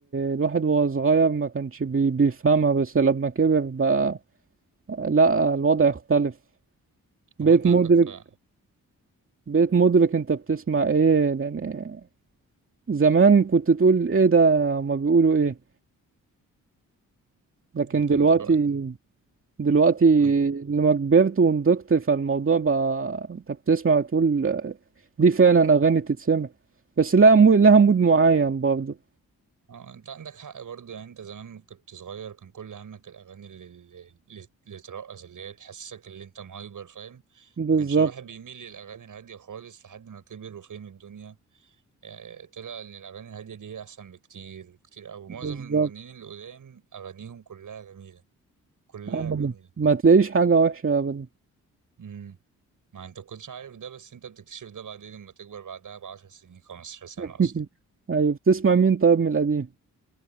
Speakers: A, on the right; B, on the right.
A: الواحد وهو صغير ما كانش بي- بيفهمها بس لما كبر بقى لا الوضع اختلف بقيت
B: هو انت عندك
A: مدرك
B: حق.
A: بقيت مدرك انت بتسمع ايه لان زمان كنت تقول ايه ده ما بيقولوا ايه لكن
B: لكن
A: دلوقتي
B: دلوقتي
A: دلوقتي
B: وانت
A: لما كبرت ونضجت فالموضوع بقى انت بتسمع وتقول دي فعلا اغاني تتسمع بس لها مو... لها مود معين برضه
B: اه انت عندك حق برضه يعني انت زمان كنت صغير كان كل همك الاغاني اللي اللي, اللي ترقص اللي هي تحسسك اللي انت مهايبر فاهم
A: بالظبط
B: ما كانش الواحد بيميل للاغاني الهاديه خالص لحد ما كبر وفهم الدنيا يعني طلع ان الاغاني الهاديه دي هي احسن بكتير بكتير قوي
A: بالظبط
B: معظم المغنيين اللي قدام اغانيهم كلها جميله كلها
A: ابدا
B: جميله
A: ما تلاقيش حاجة وحشة ابدا
B: امم ما انت كنتش عارف ده بس انت بتكتشف ده بعدين لما تكبر بعدها بعشر سنين خمستاشر سنة
A: <laughs>
B: اصلا
A: ايوه بتسمع مين طيب من القديم